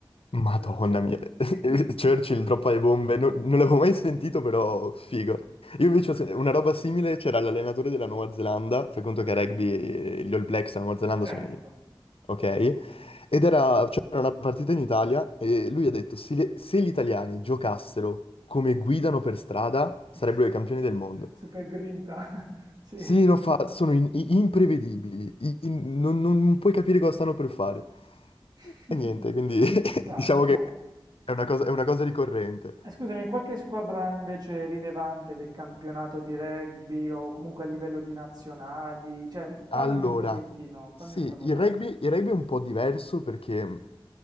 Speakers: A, on the left; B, on the right.
A: Madonna
B: Questo era Churchill,
A: mia,
B: sì.
A: <laughs>
B: <laughs>
A: Churchill droppa le bombe, non, non l'avevo mai sentito però figo. Io invece ho sen- una roba simile c'era l'allenatore della Nuova Zelanda, fai conto
B: Ok,
A: che a rugby eh, gli All Blacks della Nuova Zelanda
B: certo.
A: sono i... ok? Ed era, c'era una partita in Italia e lui ha detto se, se gli italiani giocassero come guidano per strada sarebbero
B: <laughs>
A: i campioni del mondo.
B: Super grinta, <laughs> sì.
A: Sì, no, fa, sono in- i- imprevedibili, in- non, non puoi capire cosa stanno per fare.
B: <laughs>
A: E niente, quindi <laughs>
B: Ci sta,
A: diciamo
B: ci sta.
A: che è una
B: Eh,
A: cosa,
B: scu-
A: è una cosa ricorrente.
B: eh, Scusami, qualche squadra invece rilevante del campionato di rugby o comunque a livello di nazionali? Cioè, parlami
A: Allora,
B: un pochettino,
A: sì,
B: fammi un panorama.
A: il rugby, il rugby è un po' diverso perché,